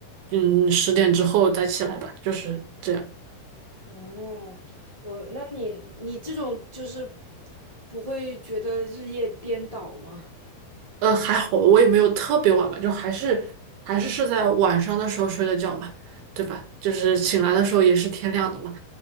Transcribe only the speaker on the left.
哦，我，那你你这种就是不会觉得日夜颠倒吗？